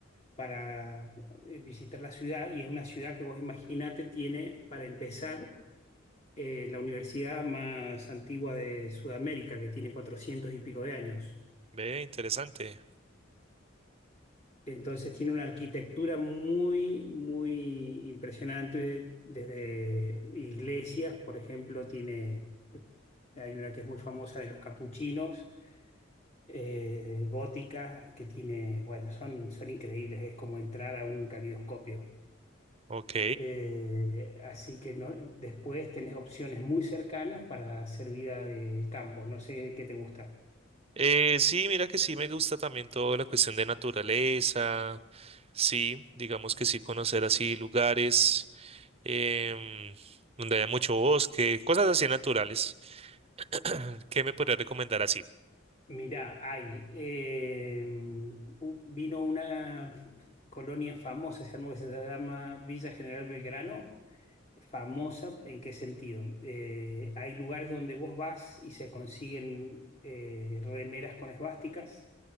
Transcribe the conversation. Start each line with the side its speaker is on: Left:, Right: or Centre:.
Left: para eh, visitar la ciudad y es una ciudad que vos imaginate tiene, para empezar, eh, la universidad más antigua de Sudamérica, que tiene 400 y pico de años.
Right: ve, interesante.
Left: Entonces tiene una arquitectura muy, muy impresionante desde iglesias, por ejemplo, tiene, hay una que es muy famosa de los capuchinos, eh, gótica, que tiene, bueno, son, son increíbles, es como entrar a un calidoscopio.
Right: Ok.
Left: Eh, así que no- después tenés opciones muy cercanas para hacer vida de campo, no sé qué te gusta.
Right: Eh, sí, mira que sí me gusta también toda la cuestión de naturaleza, sí, digamos que sí conocer así lugares em, donde haya mucho bosque, cosas así naturales. <clears throat> ¿Qué me podría recomendar así?
Left: Mirá, hay. eh, u- vino una colonia famosa, se armó que se llama Villa General Belgrano. Famosa, ¿en qué sentido? Eh, hay lugares donde vos vas y se consiguen eh, remeras con esvásticas